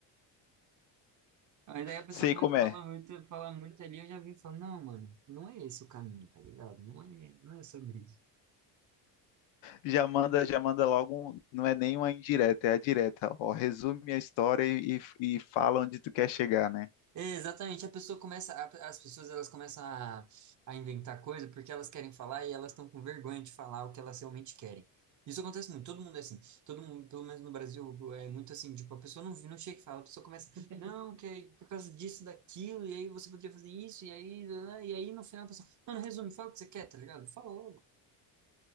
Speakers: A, on the right (about 40°); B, on the left (about 70°).
A: Aí daí a pessoa
B: Sei
A: começa
B: como
A: a
B: é.
A: falar muito, falar muito ali, eu já vi e falo, não, mano, não é esse o caminho, tá ligado? Não é, não é sobre isso.
B: Já manda, já manda logo, um- não é nem uma indireta, é a direta. Ó, resume a história e, e fala onde tu quer chegar, né?
A: É, exatamente, a pessoa começa, a- as pessoas elas começam a, a inventar coisa porque elas querem falar e elas estão com vergonha de falar o que elas realmente querem. Isso acontece muito, todo mundo é assim, todo mundo, pelo menos no Brasil, é muito assim, tipo, a pessoa não, não chega e fala, a pessoa começa, não, que é por causa disso, daquilo, e aí você poderia fazer isso, e aí, né, e aí no final a pessoa, mano, resume, fala o que você quer, tá ligado? Fala logo.